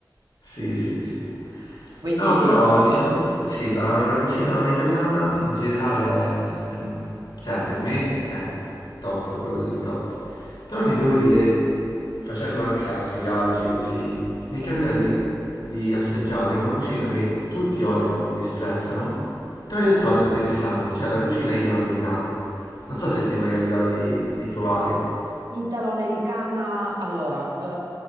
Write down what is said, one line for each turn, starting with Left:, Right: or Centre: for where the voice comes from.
Left: Sì, sì, sì.
Right: Quindi,
Left: No, però diciamo sì, la, la cucina italiana in generale è, è- cioè per me è top, proprio del top. Però ti devo dire, facendo anche altri viaggi così, mi
Right: sì.
Left: è capitato di, di assaggiare una cucina che tutti odiano, disprezzano, però io ho trovato interessante, cioè la cucina italoamericana. Non so se ti è mai capitato di, di provare.
Right: Italo-americana, allora,